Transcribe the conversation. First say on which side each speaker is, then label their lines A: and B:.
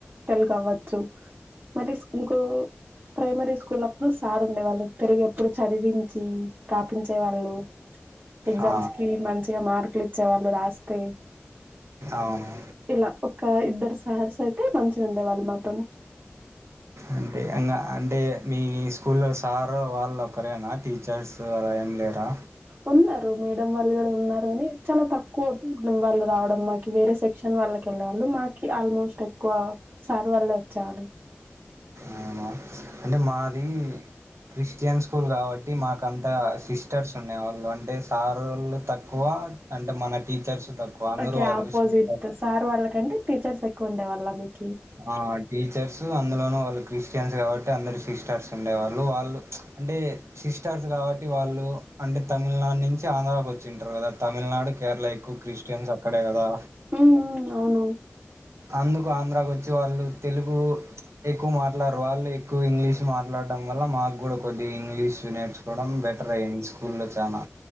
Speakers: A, on the right (about 45°); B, on the right (about 80°).
A: తెలుగ అవచ్చు మరి ఇంకో ప్రైమరీ స్కూల్ అప్పుడు సార్ ఉండే వాళ్ళు తెలుగు ఎప్పుడు చదివించి రాపించేవాళ్ళు ఎగ్జామ్స్కి
B: ఆ
A: మంచిగా మార్కులు ఇచ్చేవాళ్ళు రాస్తే
B: అవును
A: ఇలా ఒక ఇద్దరు సహర్స అయితే మంచిగా ఉండేవాళ్ళు మాతోని
B: అంటే ఇంకా అంటే మీ స్కూల్ సార్ వాళ్ళు ఒకరేనా టీచర్స్ ఏం లేరా
A: ఉన్నారు మేడం వాళ్ళు కూడా ఉన్నారు అని చాలా తక్కువ వాళ్ళు రావడం మాకి వేరే సెక్షన్ వాళ్ళకి వెళ్ళే వాళ్ళు మాకి ఆల్మోస్ట్ ఎక్కువ సార్ వాళ్ళ వచ్చే వాళ్ళు
B: అవునా అంటే మాది క్రిస్టియన్ స్కూల్ కాబట్టి మాకంత సిస్టర్స్ ఉన్నాే వాళ్ళు అంటే సార్ వాళ్ళు తక్కువ అంటే మన టీచర్స్ తక్కువ అందరూ
A: ఓకే
B: వాళ్ళు
A: ఆపోజిట్
B: సిస్టర్స్.
A: సార్ వాళ్ళకంటే టీచర్స్ ఎ ఉండే వల్ల మీకు
B: ఆ టీచర్స్ అందులోన వాళ్ళు క్రిస్టియన్స్ కాబట్టి అందరు సిస్టర్స్ ఉండేవాళ్ళు వాళ్ళు అంటే సిస్టర్స్ కాబట్టి వాళ్ళు అంటే తమిళనాడు నుంచి ఆంధ్రా వచ్చింటారు కదా తమిళనాడు కేరళ ఎక్కువ క్రిస్టియన్స్ అక్కడే కదా
A: హ అవును
B: అందుకు ఆంధ్రాకు వచ్చి వాళ్ళు తెలుగు ఎక్కువ మాట్లాడరు వాళ్ళు ఎక్కువ ఇంగ్లీష్ మాట్లాడడం వల్ల మాకు కూడా కొద్ది ఇంగ్లీష్ నేర్చుకోవడం బెటర్ అయ్యంది స్కూల్లో చాలా